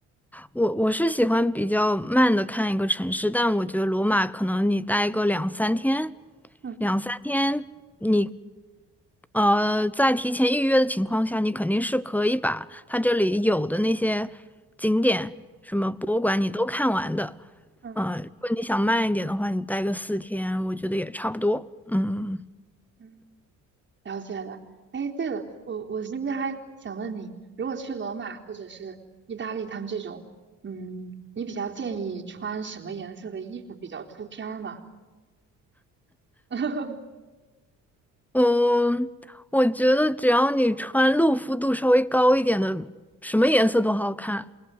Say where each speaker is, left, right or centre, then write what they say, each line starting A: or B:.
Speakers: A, in the centre; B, on the right.
A: 我我是喜欢比较慢的看一个城市，但我觉得罗马可能你待个两三天，
B: 嗯，
A: 两三天你，呃，在提前预约的情况下，你肯定是可以把它这里有的那些景点、什么博物馆你都看完的。
B: 嗯
A: 呃，如果你想慢一点的话，你待个四天，我觉得也差不多。嗯。
B: 嗯了解了。哎，对了，我我其实还想问你，如果去罗马或者是意大利他们这种，嗯，你比较建议穿什么颜色的衣服比较出片儿吗？<laughs>
A: 嗯，我觉得只要你穿露肤度稍微高一点的，什么颜色都好看。